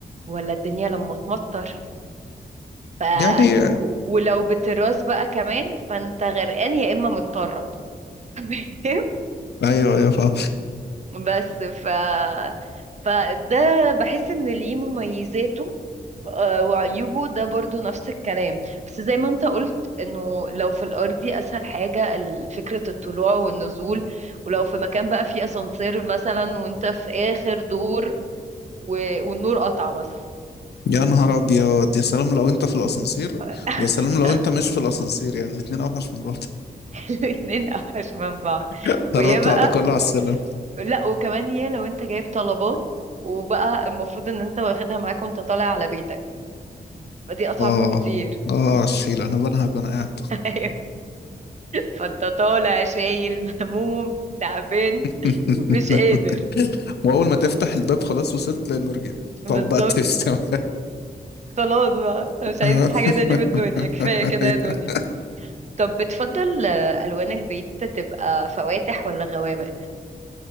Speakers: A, on the right (about 45°); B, on the left (about 80°).
A: ولا الدنيا لما تمطر ف
B: يعني
A: و- ولو بتراس بقى كمان فانت غرقان يا إما متطرب <laughs>
B: ايوه ايوه فاهم
A: بس ف فده بحس ان ليه مميزاته آه، وعيوبه ده برضو نفس الكلام بس زي ما انت قلت انه لو في الارضي اسهل حاجة ال- فكرة الطلوع والنزول ولو في مكان بقى فيه اسانسير مثلا وانت في اخر دور و... والنور قطع مثلا
B: يا نهار ابيض يا سلام لو انت في الاسانسير
A: <laughs>
B: ويا سلام لو انت مش في الاسانسير يعني الاتنين اوحش من بعض
A: الاتنين اوحش من بعض
B: اضطر
A: ويا
B: اطلع
A: بقى
B: ده كله على السلم
A: لا وكمان يا لو انت جايب طلبات وبقى المفروض ان انت واخدها معاك وانت طالع على بيتك فدي اصعب
B: اه
A: بكتير
B: اه على الشيل انا بنهج وانا قاعد
A: ايوه فانت طالع شايل مهموم تعبان
B: <laughs>
A: مش قادر
B: واول ما تفتح الباب خلاص وصلت للمرجع
A: بالظبط
B: طب بقى تشتم
A: خلاص بقى أنا
B: <laughs>
A: مش عايز حاجة تاني من الدنيا كفاية كده يا دنيا طب بتفضل آه، ألوان البيت تبقى فواتح ولا غوامق